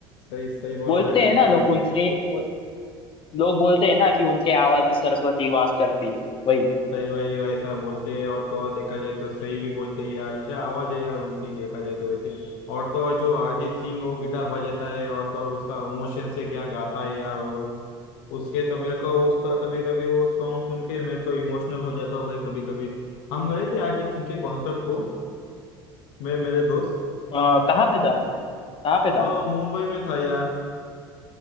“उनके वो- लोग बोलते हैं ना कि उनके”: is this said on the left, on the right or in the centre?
Left